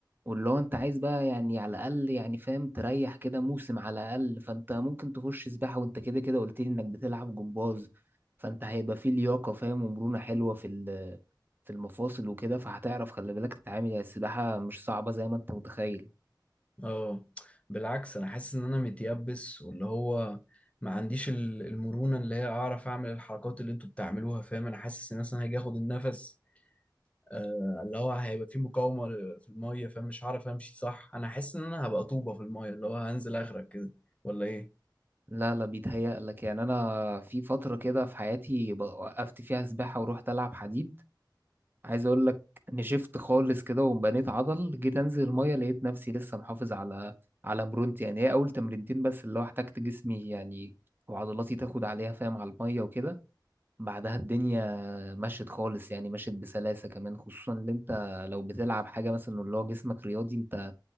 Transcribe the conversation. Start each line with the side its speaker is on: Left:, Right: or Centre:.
Right: واللي هو انت عايز بقى يعني على الأقل يعني فاهم تريح كده موسم على الأقل فانت ممكن تخش سباحة وانت كده كده قلت لي انك بتلعب جمباز فانت هيبقى فيه لياقة فاهم ومرونة حلوة في ال- في المفاصل وكده فهتعرف خلي بالك تتعامل يعني السباحة مش صعبة زي ما انت متخيل
Left: اه بالعكس انا حاسس ان انا متيبس واللي هو ما عنديش ال- المرونة اللي هي اعرف اعمل الحركات اللي انتوا بتعملوها فاهم انا حاسس ان مثلا هاجي اخد النفس آه اللي هو هيبقى في مقاومة ل- في المية فاهم مش هعرف امشي صح انا حاسس ان انا هبقى طوبة في المية اللي هو هنزل اغرق كده ولا ايه
Right: لا لا بيتهيأ لك يعني انا في فتره كده في حياتي ب- وقفت فيها سباحه ورحت العب حديد عايز اقول لك نشفت خالص كده وبنيت عضل جيت انزل الميه لقيت نفسي لسه محافظ على على مرونتي يعني هي اول تمرينتين بس اللي هو احتجت جسمي يعني وعضلاتي تاخد عليها فاهم على الميه وكده بعدها الدنيا مشت خالص يعني مشت بسلاسه كمان خصوصا ان انت لو بتلعب حاجه مثلا اللي هو جسمك رياضي انت